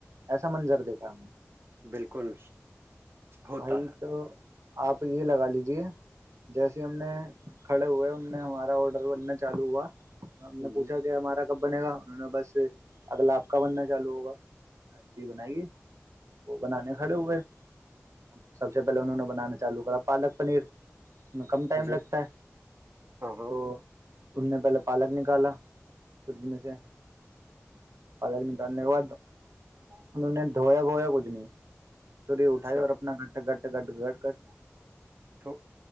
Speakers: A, on the right; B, on the right.
A: ایسا منظر دیکھا ہم نے
B: بالکل ہوتا
A: بھائی تو آپ یہ لگا لیجیے جیسے ہم نے کھڑے ہوئے ان میں ہمارا آڈر بننا چالو ہوا
B: ہے
A: ہم نے پوچھا کہ ہمارا کب بنے گا انہوں نے بس اگلا آپ کا بننا چالو ہوگا جی بنائیے وہ بنانے کھڑے ہوئے ا سب سے پہلے انہوں نے بنانا چالو کرا پالک پنیر اس میں کم ٹائم
B: جی
A: لگتا ہے
B: ہاں ہاں
A: تو ان نے پہلے پالک نکالا فریج میں سے پالک نکالنے کے بعد انہوں نے دھویا بھویا کچھ نہیں چوری
B: اچھا
A: اٹھائی اور کٹ کٹ کٹ گٹ کٹ
B: تو